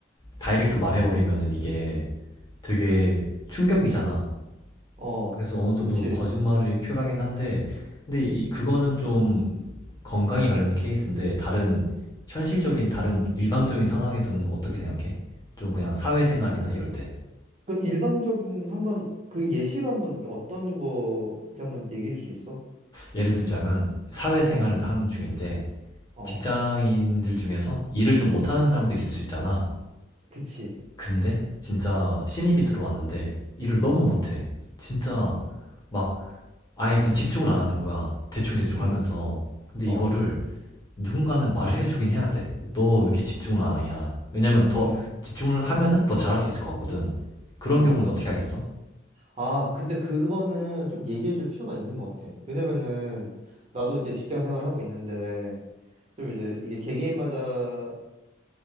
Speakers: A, on the left; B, on the right.
A: 다이렉트로 말해버리면은 이게 되게 충격이잖아.
B: 어,
A: 그래서 어느 정도
B: 그치.
A: 거짓말이 필요하긴 한데 근데 이 그거는 좀 건강에 관련된 케이스인데 다른 현실적인 다른 일방적인 상황에서는 어떻게 생각해? 좀 그냥 사회생활이나 이럴 때
B: 그 일방적인 한번 그 예시로 한번 어떤 거지 한번 얘기해 줄 수 있어?
A: 예를 들자면 사회생활을
B: 어.
A: 하는 중인데
B: 어,
A: 직장인들 중에서 일을 좀 못하는 사람도 있을 수 있잖아.
B: 그치.
A: 근데 진짜 신입이 들어왔는데 일을 너무
B: 어,
A: 못해. 진짜 막 아예 그냥 집중을 안 하는 거야. 대충대충
B: 응,
A: 하면서. 근데
B: 어,
A: 이거를 누군가는 말을 해주긴 해야 돼. 너 왜 이렇게 집중을 안 하냐? 왜냐면 더
B: 응,
A: 집중을 하면은 더 잘할 수 있을 것 같거든. 그런
B: 응.
A: 경우는 어떻게 하겠어?
B: 아, 근데 그거는 좀 얘기해 줄 필요가 있는 것 같아. 왜냐면은, 나도 이제 직장 생활하고 있는데, 좀 이제 이게 개개인마다